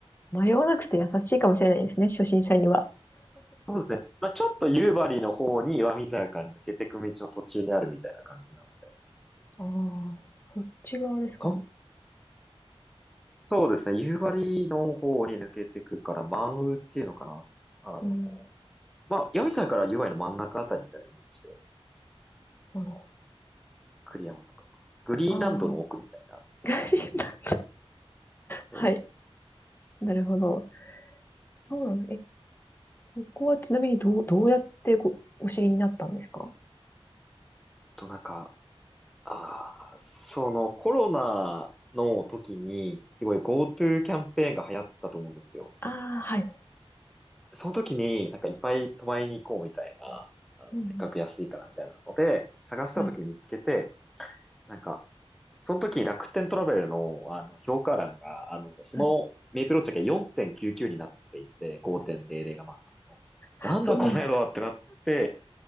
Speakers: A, on the left (about 20°); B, in the centre.
A: 迷わなくて優しいかもしれないですね。初心者には。
B: そうですね。まあ、ちょっと夕張の方に岩見沢から抜けてく道の途中にあるみたいな感じなので。
A: ああ、こっち側ですか。
B: ほん、そうですね。夕張の方に抜けてくから、満雨っていうのかな。あの、
A: うん。
B: まあ、岩見沢から夕張の真ん中あたりみたいなイメージで、
A: なるほど。
B: 栗山とか、グリーンランドの奥みたいな。
A: ああ。<laughs> はい。
B: えーっ
A: なるほど。そうなんです。え、そこはちなみにどう、どうやってご、お知りになったんですか
B: と、なんか、ああ、そのコロナの時に、すごい GoTo キャンペーンが流行ったと思うんですよ。
A: ああ、はい。
B: その時になんかいっぱい泊まりに行こうみたいな、あの、
A: うんうん
B: せっかく安いからみたいなので、探した時に見つけて、
A: はい。
B: なんか、その時に楽天トラベルの、あの評価欄が、あの、そのメイプロチェックが4.99になっていて、
A: はい。
B: 5.00がマックスの。
A: <laughs>
B: なんだこの野郎ってなって、
A: そんな、